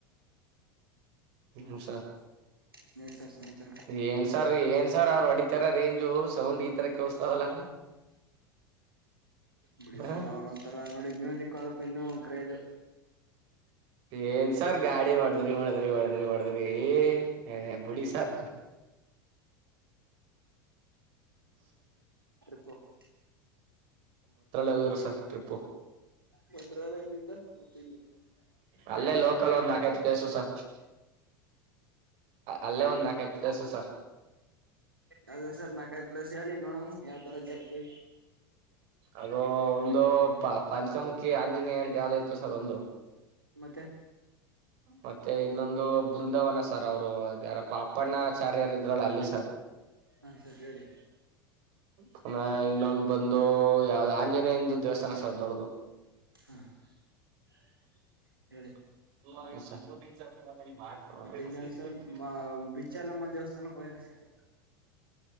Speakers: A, on the right; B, on the right.
A: ಹ್ಮ ಸರ್
B: ಇನ್ನೇನ್ ಸರ್ ಸಮಾಚಾರ?
A: ಏನ್ ಸರ್ ಏನ್ ಸರ್ ಅವ್ರು ಹೊಡಿತಾರ ರೇಂಜು ಸೌಂಡ್ ಈ ತರ ಕೇಳಸ್ತದಲ್ಲ ಹ
B: ಬಿಡಿ ಸರ್ ಅವ್ರ ಒಂತರ ನೋಡಿ ಮ್ಯೂಸಿಕ್ ಅದ. ಇನ್ನ ಕ್ರೇಜ
A: ಏನ್ ಸಾರ್ ಗಾಡಿ ಹೊಡದ್ರಿ, ಹೊಡದ್ರಿ, ಹೊಡದ್ರಿ ಹೊಡದ್ರಿ ಏ ಬಿಡಿ ಸಾರ್.
B: ಹ
A: ಹೋಗಿದ್ರು ಸರ್ ಟ್ರಿಪ್ಪು
B: ಮತ್ರಲ್ಲ ಇದಿಂದ ಮತ್ತ
A: ಅಲ್ಲೇ ಲೋಕಲ್ ಒಂದ್ ನಾಲ್ಕೈದು ಪ್ಲೇಸು ಸರ್ ಅಲ್ಲೇ ಒಂದ್ ನಾಲ್ಕೈದು ಪ್ಲೇಸು ಸರ್
B: ಅ ಸರ್ ನಾಲ್ ಹೇಳಿ ನೋಡಮ ಯಾವ ತರ ಜರ್ತಿ
A: ಅದು ಒಂದು ಪ ಪಂಚಮುಖಿ ಆಂಜನೇಯ ಅಂತ ಯಾವ್ದ ಇತ್ತು ಸರ್ ಒಂದು.
B: ಮತ್ತೆ
A: ಮತ್ತೆ ಇನ್ನೊಂದು ಬೃಂದಾವನ ಸರ್, ಅವರು ಯಾರಪ್ಪ. ಪ್ಪಣಾಚಾರ್ಯರ ಇದ್ರಲ್ಲ ಅಲ್ಲಿ ಸರ್
B: ಹಾ ಸರ್ ಹೇಳಿ
A: ಪುನಃ ಇನ್ನೊಂದು ಬಂದು ಯಾವ್ದ ಆಂಜನೇಯಂದು ದೇವಸ್ಥಾನ ಸರ್ ದೊಡ್ಡದು.
B: ಹಾ <inaudible>
A: <unintelligible>
B: ಮತ್ತೆ ಇನ್ನೇನು ಸರ್ ಬಿಚ್ಚಲಮ್ಮ ದೇವಸ್ಥಾನಕ್ಕೆ ಹೋಗಿರಿ ಸರ್